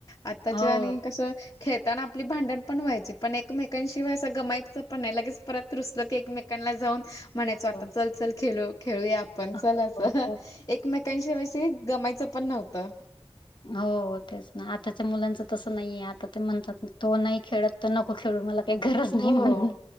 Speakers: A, on the left (about 30°); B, on the left (about 50°).
A: आताच्या
B: हो
A: आणि कसं खेळताना आपली भांडण पण व्हायची. पण एकमेकांशिवाय असं गमाईपच पण नाही. लगेच परत रुसलं की एकमेकांना जाऊन म्हणायचो, आता
B: हो.
A: चल, चल खेलू खेळूया आपण.
B: हो,
A: चला, चला
B: हो, हो.
A: एकमेकांशिवाय गमायचं पण नव्हतं.
B: हो, तेच ना. आताच्या मुलांच तसं नाहीये. आता ते म्हणतात तो नाही खेळत तर, नको खेळू मला काही गरज नाही
A: हो.
B: म्हणून.